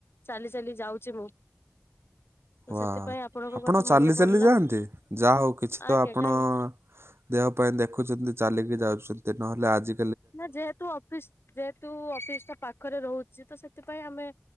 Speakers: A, on the left; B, on the right.
A: ଚାଲି ଚାଲି ଯାଉଛି ମୁଁ। ତ
B: ୱା।
A: ସେଥିପାଇଁ ଆପଣଙ୍କ
B: ଆପଣ
A: କଥା
B: ଚାଲି
A: ମନେ
B: ଚାଲି
A: ପଡିଲା
B: ଯାଆନ୍ତି? ଯାହା ହଉ କିଛି ତ
A: ଆଜ୍ଞା
B: ଆପଣ
A: କାହିଁକି
B: ଦେହ ପାଇଁ ଦେଖୁଛନ୍ତି, ଚାଲିକି ଯାଉଛନ୍ତି, ନହେଲେ ଆଜି
A: ନା ଯେହେତୁ ଅଫିସ, ଯେହେତୁ ଅଫିସ ଟା ପାଖରେ ରହୁ ସିଏ ତ ସେଥିପାଇଁ ଆମେ